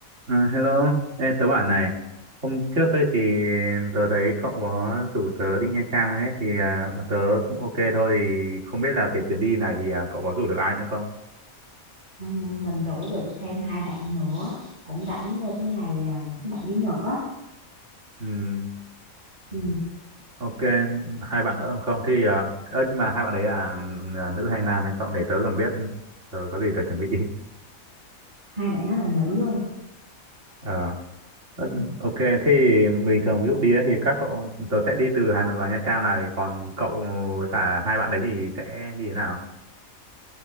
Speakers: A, on the right (about 60°); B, on the right (about 35°).
A: À, hello, Ê, tớ bảo này, hôm trước ấy thì tớ thấy cậu có rủ tớ đi Nha Trang ấy, thì à, tớ cũng ok thôi, thì không biết là cái chuyến đi này thì à, cậu có rủ được ai nữa không?
B: Ừ, mình rủ được thêm hai bạn nữa cũng rảnh vô cái ngày à, thứ bảy chủ nhật á
A: Ừm,
B: ừ,
A: ok, hai bạn nữa không? Thì, à, ơ, nhưng mà hai bạn đấy là à, nữ hay nam hay cậu để tớ còn biết, tớ có gì tớ chuẩn bị. <laughs>
B: hai bạn đó là nữ luôn
A: Ờ, ơ, ok, thì bình thường ví dụ đi ấy, thì các cậu, tớ sẽ đi từ Hà Nội vào Nha Trang này, còn cậu với cả hai bạn đấy thì sẽ đi thế nào?